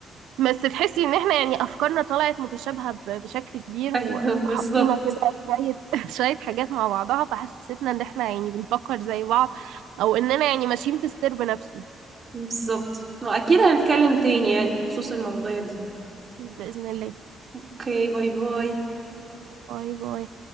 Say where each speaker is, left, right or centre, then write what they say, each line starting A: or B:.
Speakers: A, on the right (about 85°); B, on the right (about 35°).
A: بس تحسي ان احنا يعني افكارنا طلعت متشابهه ب- بشكل كبير
B: <laughs> ايوه
A: و-
B: بالظبط
A: وحطينا كده شويه <laughs> شويه حاجات مع بعضها فحسستنا ان احنا يعني بنفكر زي بعض او اننا يعني ماشيين في السرب نفسه
B: بالظبط واكيد هنتكلم تاني يعني بخصوص المواضيع دي
A: باذن الله
B: اوكي باي باي
A: باي باي